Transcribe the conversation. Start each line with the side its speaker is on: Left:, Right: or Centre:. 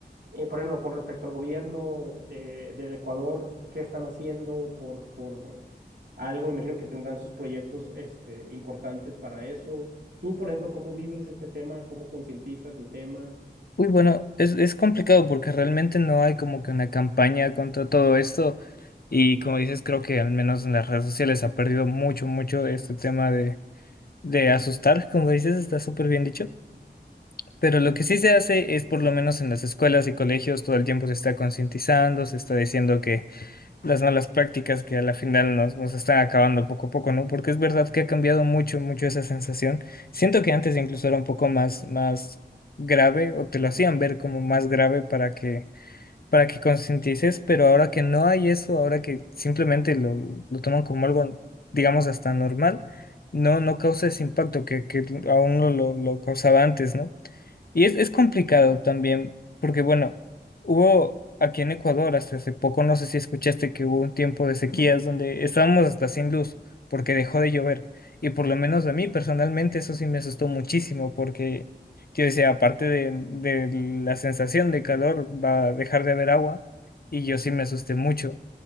Right: eh, por ejemplo, con respecto al gobierno eh, del Ecuador, qué están haciendo por, por algo. Imagino que tendrán sus proyectos este, importantes para eso. Tú, por ejemplo, ¿cómo vives este tema? ¿Cómo concientizas el tema?
Left: Uy, bueno, es, es complicado porque realmente no hay como que una campaña contra todo esto y como dices, creo que al menos en las redes sociales ha perdido mucho, mucho este tema de, de asustar, como dices, está súper bien dicho, pero lo que sí se hace es por lo menos en las escuelas y colegios todo el tiempo se está concientizando, se está diciendo que las malas prácticas que a la final nos, nos están acabando poco a poco, ¿no? Porque es verdad que ha cambiado mucho, mucho esa sensación. Siento que antes incluso era un poco más, más grave o te lo hacían ver como más grave para que, para que concientices, pero ahora que no hay eso, ahora que simplemente lo, lo toman como algo, digamos, hasta normal, no, no causa ese impacto que, que aún lo, lo lo causaba antes, ¿no? Y es, es complicado también, porque bueno, hubo aquí en Ecuador hasta hace poco, no sé si escuchaste que hubo un tiempo de sequías donde estábamos hasta sin luz porque dejó de llover. Y por lo menos a mí personalmente eso sí me asustó muchísimo porque yo decía, aparte de, de la sensación de calor, va a dejar de haber agua y yo sí me asusté mucho.